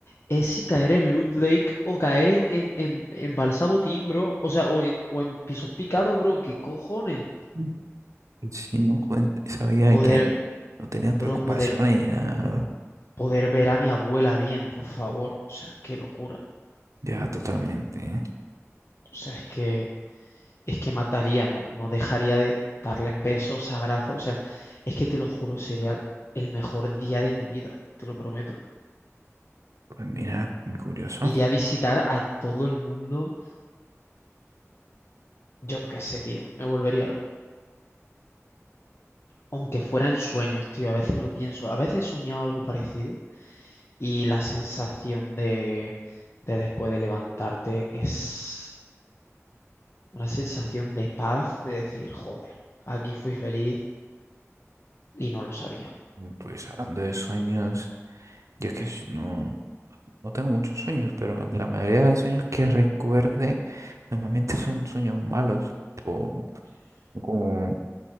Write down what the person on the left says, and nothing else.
es si caer en Loot Lake o caer en, en, en, en Balsabotín, bro. O sea, o en, o en pisos picados, bro. ¿Qué cojones?
Poder,
bro,
poder
poder ver a mi abuela bien, por favor. O sea, qué locura.
O sea, es que es que mataría, no, no dejaría de darles besos, abrazos. O sea, es que te lo juro, sería el mejor día de mi vida, te lo prometo.
Iría a visitar a todo el mundo. Yo qué sé, tío, me volvería loco. Aunque fuera en sueños, tío, a veces lo pienso. A veces he soñado algo parecido y la sensación de, de después de levantarte es una sensación de paz, de decir, joder, aquí fui feliz y no lo sabía.